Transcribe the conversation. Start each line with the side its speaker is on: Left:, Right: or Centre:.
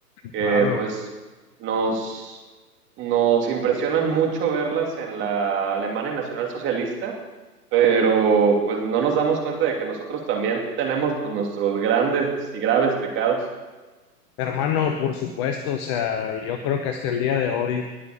Right: que
Left: claro.
Right: pues nos, nos impresionan mucho verlas en la Alemania Nacional Socialista, pero pues no nos damos cuenta de que nosotros también tenemos pues, nuestros grandes y graves pecados.
Left: Hermano, por supuesto, o sea, yo creo que hasta el día de hoy